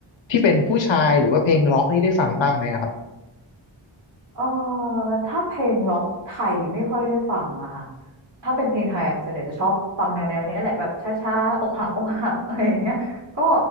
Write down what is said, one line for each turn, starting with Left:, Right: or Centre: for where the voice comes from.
Left: ที่เป็นผู้ชายหรือว่าเพลงร็อกนี่ได้ฟังบ้างไหมอะครับ
Right: เอ่อถ้าเพลงร็อกไทยไม่ค่อยได้ฟังอะค่ะถ้าเป็นเพลงไทยอะส่วนใหญ่จะชอบฟังแนวแนวเนี้ยแหละแบบช้าๆอกหัก <laughs> อกหักอะไรอย่างเงี้ยก็